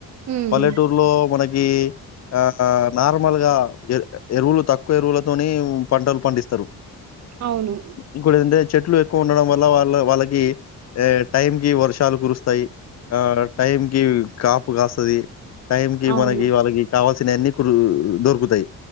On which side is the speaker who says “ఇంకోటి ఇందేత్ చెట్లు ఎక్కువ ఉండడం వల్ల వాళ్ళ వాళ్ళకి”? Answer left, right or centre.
Left